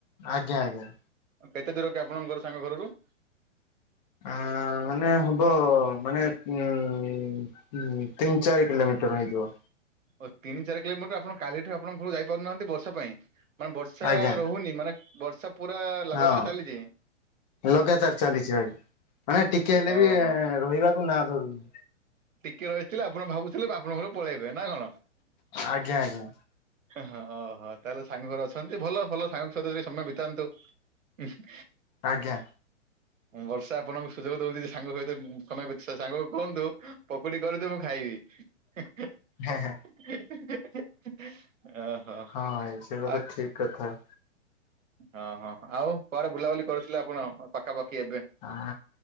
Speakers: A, on the left (about 35°); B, on the right (about 90°).
A: ଆଜ୍ଞା ଆଜ୍ଞା।
B: କେତେ ଦୁର କି ଆପଣଙ୍କର ସାଙ୍ଗ ଘର ରୁ।
A: ଆ ମାନେ ହବ ମାନେ ଉ ହୁଁ ତିନି ଚାରି କିଲୋମିଟର ହେଇଯିବ।
B: ଓ ତିନି ଚାରି କିଲୋମିଟର ଆପଣ କାଲିଠୁ ଆପଣ ଯାଇପାରୁନାହାନ୍ତି ବର୍ଷା ପାଇଁ ମାନେ ବର୍ଷା
A: ଆଜ୍ଞା
B: ରହୁନି ମାନେ ବର୍ଷା ପୁରା ଲଗାତର
A: ହଁ
B: ଚାଲିଛି।
A: ଲଗାତାର ଚାଲିଛି ଭାଇ ମାନେ ଟିକେ ହେଲେ
B: ଓହୋ।
A: ବି ରହିବାକୁ ନା ଧରୁନି।
B: ଟିକିଏ ରହିଥିଲେ ଆପଣ ଭାବୁଥିଲେ ଆପଣଙ୍କ ଘର କୁ ପଳେଇବେ ନା କଣ।
A: ଆଜ୍ଞା ଆଜ୍ଞା
B: ହଁ ହଁ ତାହେଲେ ସାଙ୍ଗ ଘର ଅଛନ୍ତି ଭଲ ଭଲ ସାଙ୍ଗ ସହିତ ଯାଇକି ସମୟ ବିତାନ୍ତୁ। ଇ ହୁଁ।
A: ଆଜ୍ଞା।
B: ବର୍ଷା ଆପଣଙ୍କୁ ସୁଯୋଗ ଦଉଛି ସାଙ୍ଗ ସହିତ ସମୟ ଵି ସାଙ୍ଗକୁ କୁହନ୍ତୁ ପକୁଡି କରିଦେ ମୁଁ ଖାଇବି। ହେଁ ହେଁ।
A: ହେଁ ହଁ
B: ହେଁ ହେଁ ହେଁ ଏହେଁ ଓହୋ।
A: ହଁ ଭାଇ ସେ କଥା
B: ଆଉ
A: ଠିକ କଥା।
B: ହଁ ହଁ ଆଉ ପରେ ବୁଲାବୁଲି କରୁଥିଲେ ଆପଣ ପାଖାପାଖି ଏବେ
A: ଆ